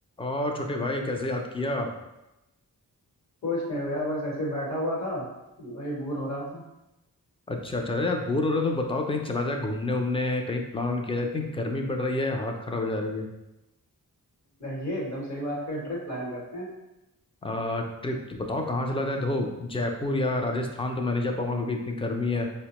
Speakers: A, on the left; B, on the left.
A: और छोटे भाई कैसे याद किया
B: कुछ नहीं भैया बस ऐसे ही बैठा हुआ था वही बोर हो रहा था
A: अच्छा अच्छा अरे यार बोर हो रहे हो तो बताओ कहीं चला जाए घूमने उमने कहीं प्लान ऑन किया जाए इतनी गर्मी पड़ रही है हालत खराब हो जा रही है
B: ये एकदम सही बात कर ट्रिप प्लान करते हैं
A: आ, ट्रिप तो बताओ कहाँ चला जाए देखो जयपुर या राजस्थान तो मैं नहीं जा पाऊंगा क्योंकि इतनी गर्मी है